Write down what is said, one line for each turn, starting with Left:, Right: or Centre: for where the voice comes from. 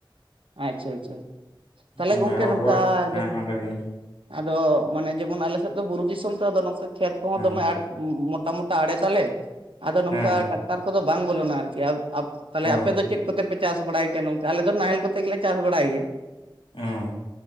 Right: ᱟᱪᱪᱷᱟ ᱟᱪᱪᱷᱟ ᱛᱟᱦᱚᱞᱮ
Left: ᱢᱟᱱᱮ
Right: ᱜᱚᱝᱠᱮ
Left: ᱦᱚᱲ
Right: ᱱᱚᱝᱠᱟ
Left: ᱠᱚᱣᱟᱜ ᱫᱚ᱾ ᱦᱮᱸ
Right: ᱡᱮᱢᱚᱱ
Left: ᱢᱟ ᱞᱟᱹᱭ ᱵᱤᱱ
Right: ᱟᱫᱚ ᱢᱟᱱᱮ ᱡᱮᱢᱚᱱ ᱟᱞᱮ ᱥᱮᱫ ᱫᱚ ᱵᱩᱨᱩ ᱫᱤᱥᱚᱢ ᱛᱚ ᱟᱫᱚ ᱱᱚᱝᱠᱟ ᱠᱷᱮᱛ ᱠᱚᱦᱚᱸ
Left: ᱦᱮᱸ
Right: ᱫᱚᱢᱮ ᱟᱴ ᱩᱸ ᱩᱸ ᱢᱚᱴᱟ ᱢᱚᱴᱟ ᱟᱲᱮ ᱛᱟᱞᱮ ᱟᱫᱚ ᱱᱚᱝᱠᱟ
Left: ᱦᱮᱸ
Right: ᱴᱟᱠᱴᱟᱨ ᱠᱚᱫᱚ ᱵᱟᱝ ᱵᱚᱞᱚᱱᱟ ᱟᱨᱠᱤ ᱾ ᱟ ᱛᱟᱦᱚᱞᱮ
Left: ᱚ
Right: ᱟᱯᱮ ᱫᱚ ᱪᱮᱫ ᱠᱚᱛᱮᱯᱮ ᱪᱟᱥ ᱵᱟᱲᱟᱭ ᱜᱮᱭᱟ ᱱᱚᱝᱠᱟ ᱟᱞᱮ ᱫᱚ ᱱᱟᱦᱮᱞ ᱠᱚᱛᱮ ᱜᱮᱞᱮ ᱪᱟᱥ ᱵᱟᱲᱟᱭ ᱜᱮᱭᱟ ᱾
Left: ᱚᱸ